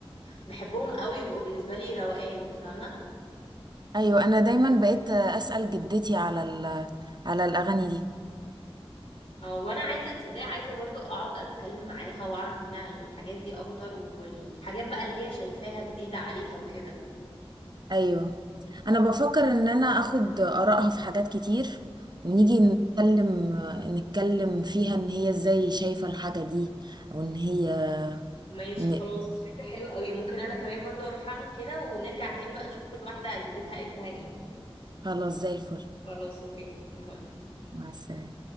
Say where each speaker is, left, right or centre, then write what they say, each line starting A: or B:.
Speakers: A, on the left (about 80°); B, on the right (about 45°).
A: بحبهم قوي يبقوا بالنسبه لي روقان فاهمه
B: ايوه انا دايما بقيت اسأل جدتي على ال... على الاغاني دي
A: او وانا عايزه تصدقي عايزه برضو اقعد اتكلم معاها واعرف منها الحاجات دي اكتر والحاجات بقى اللي هي شايفاها جديده عليها وكده
B: ايوه انا بفكر ان انا اخد ارائها في حاجات كتير ونيجي نتكلم نتكلم فيها ان هي ازاي شايفة الحاجة دي او ان هي
A: ماشي
B: ن-
A: خلاص فكرة حلوة قوي ممكن انا كمان برضه اروح اعمل كده ونرجع تاني بقى نشوف كل واحدة جدتها قالت لها ايه
B: خلاص زي الفل
A: خلاص اوكي باي
B: مع السلامة